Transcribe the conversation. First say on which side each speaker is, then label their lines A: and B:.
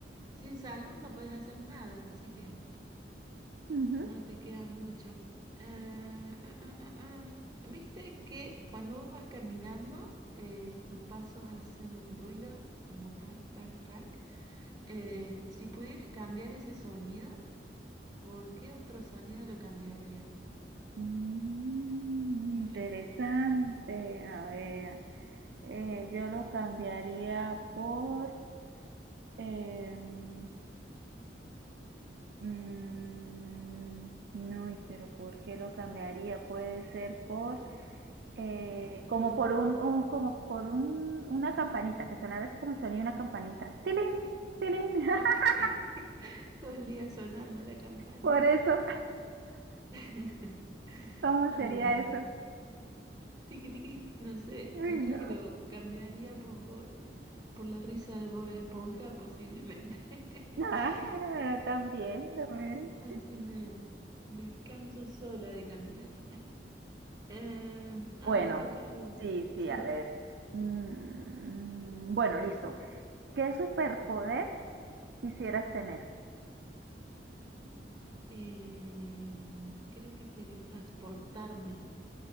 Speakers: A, on the right; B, on the right.
A: Sin salud no puedes hacer nada, así que
B: ujú.
A: no te queda mucho. Eh, ah, ah, ah, ah. ¿Viste que cuando vos vas caminando, eh, tus pasos hacen un ruido como tac, tac, tac? Eh, si pudieras cambiar ese sonido, ¿por qué otro sonido lo cambiarías?
B: Mm,
A: <laughs>
B: interesante. A ver, eh, yo lo cambiaría por... em, Mm, no, y pero ¿por qué lo cambiaría? Puede ser por eh,
A: Capaz
B: como
A: por... <laughs>
B: por un, un- como por un, una campanita que sonara así como el sonido de una campanita. Tilín, tilín. <laughs>
A: Ok. <laughs> Todo el día sonando la campanita.
B: Por eso,
A: <laughs>
B: ¿cómo
A: Ay,
B: sería
A: no.
B: eso?
A: Tiki, tiki, no sé.
B: Uy,
A: Yo creo
B: no.
A: que lo
B: <laughs>
A: cambiaría por, eh, por la risa de Bob Esponja, posiblemente.
B: Ah,
A: <laughs>
B: también, también.
A: Así me, me canso sola de caminar. Em,
B: Bueno,
A: ah, te toca a vos.
B: sí, sí,
A: Sí.
B: a ver. Mm, bueno, listo. ¿Qué superpoder quisieras tener?
A: Em, creo que teletransportarme.